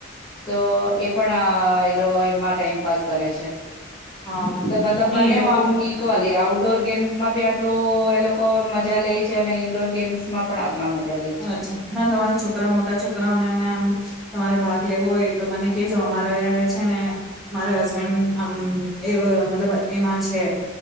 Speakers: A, on the left; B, in the centre.
A: તો એ પણ એ લોકો એમાં ટાઈમ પાાસ કરે છે.
B: હા
A: તો મતલબ
B: નહી
A: બંને
B: એવું
A: આમ ઈક્વલી આઉટડોર ગેમ્સ માં બ એટલું એ લોકો મજા લે છે અને ઈન્ડોર ગેમ્સ માં પણ આટલા મજા લે છે
B: અચ્છા ના તમારા છોકરા મોટા છોકરા અને એનેમ તમારે ભાગ લેવો હોય, તો મને કેજો અમારે છે ને અમારે હસબન્ડમ એ મતલબ એમાં છે.